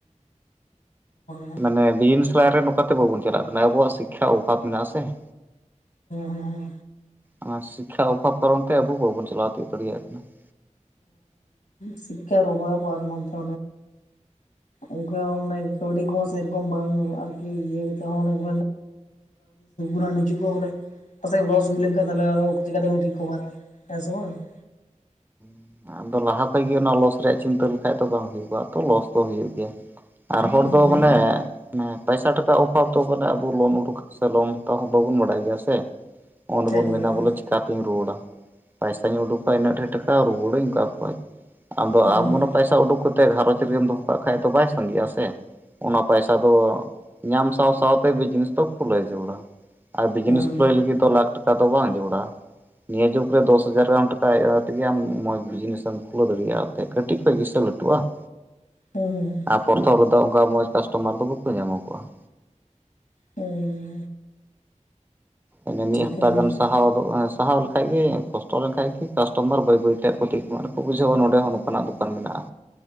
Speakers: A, on the left; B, on the right.
A: ᱾ <unintelligible>
B: ᱢᱟᱱᱮ ᱵᱤᱡᱽᱱᱮᱥ ᱞᱟᱭᱤᱱ ᱨᱮ ᱱᱚᱝᱠᱟᱛᱮ ᱵᱟᱵᱚᱱ ᱪᱟᱞᱟᱜ ᱠᱟᱱᱟ ᱾ ᱟᱵᱚᱣᱟᱜ ᱥᱤᱠᱡᱷᱟ ᱚᱵᱷᱟᱵ ᱢᱮᱱᱟᱜᱼᱟ ᱥᱮ ᱾
A: ᱦᱮᱸ ᱦᱮᱸ
B: ᱚᱱᱟ ᱥᱤᱠᱷᱟ ᱚᱵᱷᱟᱵ ᱠᱟᱨᱚᱱ ᱛᱮ ᱟᱵᱚ ᱵᱟᱵᱚᱱ ᱪᱟᱞᱟᱣ ᱛᱤᱭᱳᱜ ᱫᱟᱲᱮᱭᱟᱜ ᱠᱟᱱᱟ ᱾
A: ᱥᱤᱠᱷᱟᱨ ᱚᱵᱷᱟᱵ ᱟᱨ ᱱᱚᱱᱛᱮ ᱚᱱᱠᱟ ᱢᱟᱱᱮ ᱠᱟᱹᱣᱰᱤ ᱠᱚᱦᱚᱸ ᱥᱮᱨᱚᱠᱚᱢ ᱵᱟᱝ ᱟᱨᱠᱤ ᱤᱭᱟᱹ ᱠᱟᱛᱮ ᱦᱚᱸ ᱚᱱᱮ <unintelligible> ᱜᱩᱱ ᱱᱤᱪᱷᱩᱜ ᱠᱚ ᱵᱚᱞᱮ ᱯᱟᱥᱮᱡ ᱞᱚᱥ ᱦᱩᱭ ᱞᱮᱱᱠᱷᱟᱱ ᱟᱨ ᱪᱤᱠᱟᱛᱮᱵᱚ ᱨᱤᱠᱚᱵᱷᱟᱨᱟ ᱦᱮᱸ ᱥᱮ ᱵᱟᱝ ᱾
B: <inaudible> ᱟᱫᱚ ᱞᱟᱦᱟ ᱠᱷᱚᱡ ᱜᱮ ᱚᱱᱟ ᱞᱚᱥ ᱨᱮᱭᱟᱜ ᱪᱤᱱᱛᱟᱹ ᱞᱮᱠᱷᱟᱡ ᱫᱚ ᱵᱟᱝ ᱦᱩᱭᱩᱜᱜᱼᱟ ᱛᱚ ᱞᱚᱥ ᱫᱚ ᱦᱩᱭᱩᱜ ᱜᱮᱭᱟ ᱾ ᱟᱨ ᱦᱚᱲ
A: ᱦᱩᱸ
B: ᱫᱚ
A: ᱦᱩᱸ ᱦᱩᱸ
B: ᱢᱟᱱᱮ ᱦᱮᱸ ᱯᱚᱭᱥᱟ ᱴᱟᱠᱟ ᱚᱵᱷᱟᱵ ᱫᱚ ᱢᱟᱱᱮ ᱟᱵᱚ ᱞᱳᱱ ᱩᱰᱩᱠ ᱥᱮ ᱞᱳᱱ ᱦᱟᱛᱟᱣ ᱦᱚᱸ ᱵᱟᱵᱚᱱ ᱵᱟᱲᱟᱭ ᱜᱮᱭᱟ ᱥᱮ ᱾ ᱚ ᱚᱸᱰᱮ
A: ᱠᱷᱟᱡ
B: ᱵᱚᱱ
A: ᱫᱚ
B: ᱢᱮᱱᱟ
A: ᱠᱷᱟᱡ ᱫᱚ
B: ᱵᱚᱞᱮ
A: ᱦᱩᱸ
B: ᱪᱮᱠᱟ ᱛᱤᱧ ᱨᱩᱣᱟᱹᱲᱟ ᱯᱟᱭᱥᱟᱧ ᱩᱰᱩᱠᱟ ᱤᱱᱟᱹᱜ ᱰᱷᱮᱨ ᱴᱟᱠᱟ ᱨᱩᱣᱟᱹᱲᱟᱹᱧ ᱠᱷᱚᱡ ᱟᱫᱚ
A: ᱦᱩᱸ
B: ᱟᱢ
A: ᱦᱩᱸ
B: ᱢᱚᱱᱮ ᱯᱟᱭᱥᱟ ᱩᱰᱩᱠ ᱠᱟᱛᱮ ᱜᱷᱟᱨᱚᱧᱡᱽ ᱨᱮᱢ ᱫᱚᱦᱚ ᱠᱟᱜ ᱠᱷᱟᱡ ᱫᱚ ᱵᱟᱭ ᱥᱟᱸᱜᱮᱜᱼᱟ ᱥᱮ ᱚᱱᱟ ᱯᱟᱭᱥᱟ ᱫᱚ ᱾ ᱧᱟᱢ ᱥᱟᱶ ᱥᱟᱶᱛᱮ ᱵᱤᱡᱽᱱᱮᱥ ᱫᱚ ᱠᱷᱩᱞᱟᱹᱣ ᱡᱩᱲᱟ ᱟᱨ ᱵᱤᱡᱽᱱᱮᱥ
A: ᱦᱩᱸ
B: ᱠᱷᱩᱞᱟᱹᱣ ᱞᱟᱹᱜᱤᱫ ᱫᱚ ᱞᱟᱠ ᱴᱟ ᱴᱟᱠᱟ ᱫᱚ ᱵᱟᱝ ᱡᱩᱲᱟ ᱱᱤᱭᱟᱹ ᱡᱩᱜᱽ ᱨᱮ ᱫᱚᱥ ᱦᱟᱡᱟᱨ ᱜᱟᱱ ᱴᱟᱠᱟ ᱦᱮᱡ ᱠᱟᱛᱮᱜᱮ ᱢ ᱵᱤᱡᱽᱱᱮᱥ ᱮᱢ ᱠᱷᱩᱞᱟᱹᱣ ᱫᱟᱲᱮᱭᱟᱜᱼᱟ ᱛᱮ ᱠᱟᱹᱴᱤᱡ ᱠᱷᱚᱡ ᱜᱮ ᱥᱮ ᱞᱟᱹᱴᱩᱜᱼᱟ ᱾
A: ᱦᱩᱸ ᱦᱩᱸ ᱦᱩᱸ ᱾
B: ᱯᱨᱚᱛᱷᱚᱢ ᱨᱮᱫᱚ ᱚᱱᱠᱟ ᱢᱚᱸᱡᱽ ᱠᱟᱥᱴᱚᱢᱟᱨ ᱫᱚ ᱵᱟᱠᱚ ᱧᱟᱢᱚᱜᱼᱟ ᱾
A: ᱮᱸ
B: ᱚᱱᱟ ᱢᱤᱫ
A: ᱴᱷᱤᱠ
B: ᱦᱟᱯᱛᱟ
A: ᱠᱟᱛᱷᱟ ᱵᱮᱱ
B: ᱜᱟᱱ
A: ᱢᱮᱱ ᱠᱟᱫᱟ
B: ᱥᱟᱦᱟᱣ ᱟ ᱥᱟᱦᱟᱣ ᱞᱮᱠᱷᱟᱡ ᱜᱮ ᱠᱚᱥᱴᱚ ᱞᱮᱱᱠᱟᱱᱡ ᱜᱮ ᱠᱟᱥᱴᱚᱢᱟᱨ ᱵᱟᱹᱭ ᱵᱟᱹᱭᱛᱮ ᱟᱜ ᱠᱚ ᱴᱷᱤᱠ ᱠᱚ ᱵᱩᱡᱷᱟᱹᱣᱟ ᱱᱚᱰᱮ ᱱᱚᱝᱠᱟᱱᱟᱜ ᱫᱚᱠ ᱵᱟᱨ ᱢᱮᱱᱟᱜᱼᱟ